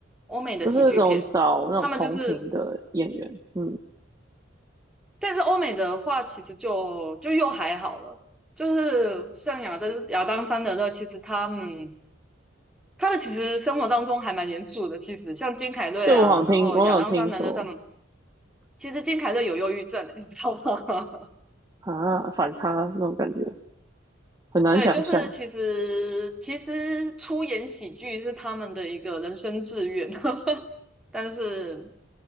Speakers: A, in the centre; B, on the right.
A: 欧美的喜剧片，
B: 都是那种找那种同频的演员。
A: 他们就是，
B: 嗯，
A: 但是欧美的话，其实就就又还好了。就是像亚当亚当·山德勒，其实他们他们其实生活当中还蛮严肃的，其实像金凯瑞啊，
B: 对，我好像听，
A: 然后亚当·
B: 我有听说
A: 桑德的他们，其实金凯瑞有忧郁症的，你知道吗？<laughs>
B: 啊，反差那种感觉很难想象。
A: 对，就是其实其实出演喜剧是他们的一个人生志愿，<laughs> 但是